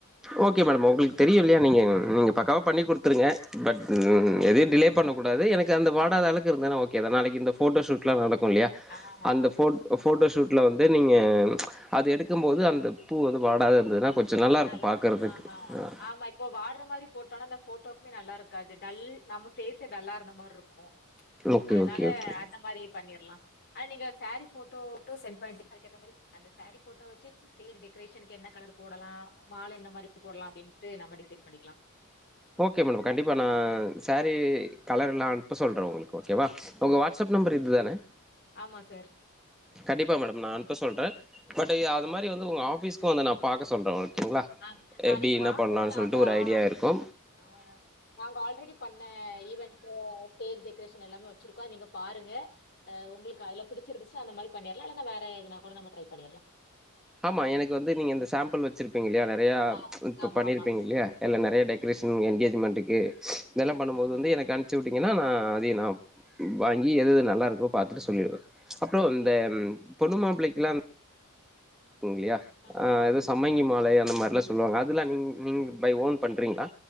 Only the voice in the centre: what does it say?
ஓகே மேடம் உங்களுக்கு தெரியு
இல்லையா நீங்க நீங்க பக்காவா பண்ணி குடுத்துருங்க பட் ம் எதுையு டிலே பண்ணக்கூடாது எனக்கு அந்த வாடாத அளவ்க்கு இருந்தன்னா ஓகேதா நாளைக்கி இந்த ஃபோட்டோஷூட்ல்லா நடக்கு இல்லியா
அந்த ஃபோ அ ஃபோட்டோஷூட்ல வந்து நீங்க அது எடுக்கும்போது அந்த பூ வந்து வாடாத இருந்ததுனா கொஞ்ச நல்லாருக்கு
பாக்கறதுக்கு
அ
ஓகே
ஓகே ஓகே
ஓகே மேடம் கண்டிப்பா நா சேரீ கலரெல்லா அன்ப்ப சொல்றே உங்ளுக்கு ஓகேவா உங்க
WhatsApp
அப் number
இது தானே
கண்டிப்பா மேடம் நா அனுப்ப சொல்றே பட் அது மாதிரி வந்து உங்க ஆபீக்கு வந்து நா பாக்க சொல்றே ஒ கேங்ளா
எப்டி
இன்னா
பண்ணலான்
சொல்ட்டு ஒரு
ஐடியா இருக்கு
ஆமா எனக்கு வந்து நீங்க இந்த சாம்பிள் வெச்சிருப்பீங்க இல்லயா நெறையா
இப்ப
பண்ணிருப்பீங்க
இல்யா அத்ல நெறைய
டெ க்ரேஷன் எங்கேஜ்மென்டுக்கு இதெல்லா பண்ணும் போது
வந்து எனக்கு அ ம்ச்சி விட்டீங்கன்னா நா அதயு நா வாங்கி எதது நல்லா இருக்கோ பாத்துட்டு சொல்லிற்ற அப்றோ
இந்த ம் பொன்னு மாப்பிளைக்குலா ங்கில்லையா
ஆ எதோ சம்மங்கி மாலை அந்த மாரில்லா சொல்லுவாங்க அதுலா நீங் நீங்க பை ஓன் பண்றீங்ளா